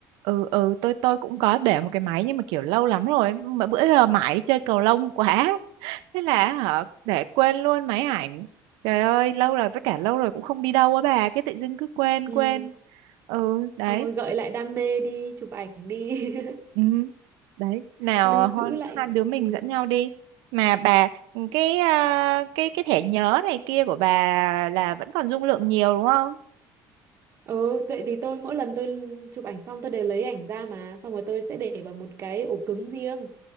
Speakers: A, on the right (about 90°); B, on the right (about 35°).
A: ừ ừ tôi tôi cũng có để một cái máy nhưng mà kiểu lâu lắm rồi mà bữa giờ mãi chơi cầu lông quá thế là họ để quên luôn máy ảnh trời ơi lâu rồi với cả lâu rồi cũng không đi đâu á bà cái tự dưng cứ quên
B: ừ.
A: quên ừ đấy
B: thôi gợi lại đam mê đi chụp ảnh đi <laughs>
A: ừ đấy nào
B: lưu giữ
A: ho-
B: lại
A: hai đứa mình
B: ừ.
A: dẫn nhau đi mà bà ừ, cái ờ, cái cái thẻ nhớ này kia của bà là vẫn còn dung lượng nhiều đúng không
B: ừ tại vì tôi mỗi lần tôi chụp ảnh xong tôi đều lấy ảnh ra mà xong rồi tôi sẽ để vào một cái ổ cứng riêng